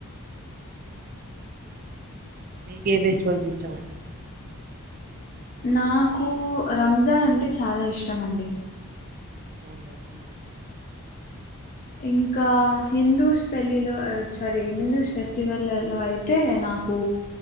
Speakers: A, on the right; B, on the left.
A: మీకే ఏ ఫెస్టివల్స్ ఇష్టమండి
B: నాకు రంజాన్ అంటే చాలా ఇష్టం అండి
A: అవునండి
B: ఇంకా కా
A: ఎన్
B: హిందూస్ పెళ్ళిలో సారీ హిందూ ఫెస్టివల్లో అయితే నాకు